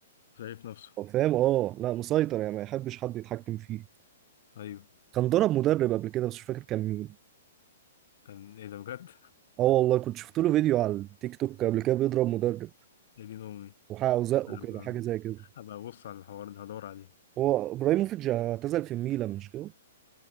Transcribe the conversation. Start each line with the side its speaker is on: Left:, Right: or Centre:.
Left: شايف نفسه
Right: هو فاهم اه لا مسيطر يعني ما يحبش حد يتحكم فيه
Left: ايوه
Right: كان ضرب مدرب قبل كده بس مش فاكر كان مين
Left: كان ايه ده بجد؟
Right: اه والله كنت شفت له فيديو على التيك توك قبل
Left: <laughs>
Right: كده بيضرب مدرب
Left: يا دين امي
Right: وحقه وزقه
Left: انا
Right: كده
Left: هبقى
Right: حاجه زي كده
Left: هبقى ابص على الحوار ده هدور عليه
Right: هو ابراهيموفيتش اعتزل في الميلان مش كده